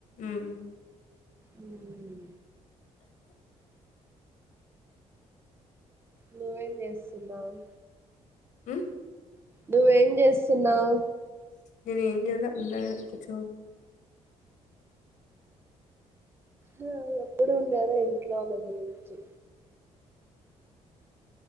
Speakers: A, on the left; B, on the right.
A: మ్మ్
B: మ్మ్ నువ్వేం చేస్తున్నావ్
A: మ్మ్
B: నువ్వేం చేస్తున్నావ్
A: నేనెం చేయల ఉన్నా ఇడ కుచ్చోని
B: మ్మ్ ఇప్పుడు ఉండేదా ఏ ఇట్లో వాళ్ళందరి గురించి